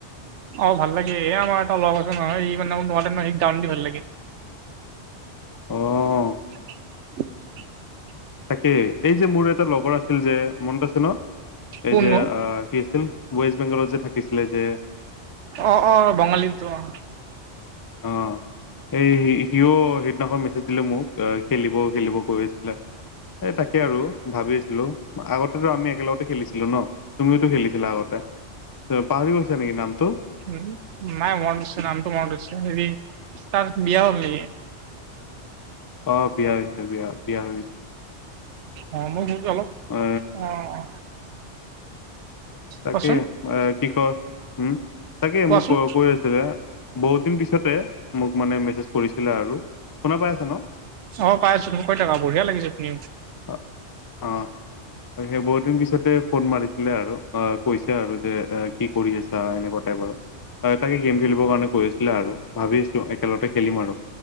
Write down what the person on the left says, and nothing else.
অ'
তাকেই এই যে মোৰ এটা লগৰ আছিল যে মনত আছে ন
এই যে অ কি আছিল! ৱেষ্ট বেংগলত যে থাকিছিলে যে
অ', এই সিওঁ সেইদিনাখন মেছেজ দিলে মোক এ খেলিব, খেলিব কৈ আছিলে! এ তাকে আৰু ভাবি আছিলোঁ! আগত কিন্তু আমি একেলগতে খেলিছিলোঁ ন তুমিওটো খেলিছিলা আগতে পাহৰি গৈছা নিকি নামটো
অ', বিয়া হৈছে! বিয়া, বিয়া হৈছ
এ
তাকে
এ কি কয় উম তাকে
মোক কৈ, কৈ আছিলে! বহুত দিন পিছতে মোক মানে মেছেজ কৰিছিলে! আৰু শুনা পাই আছা ন
অ অ', সেই বহুদিন পিছতে ফ'ন মাৰিছিলে আৰু অ', কৈছে আৰু যে এ কি কৰি আছা এনেকুৱা টাইপ আৰু এ তাকে গেম খেলিবৰ কাৰণে কৈ আছ' বলা আৰু ভাবি আছোঁ! একেলগে খেলিম আৰু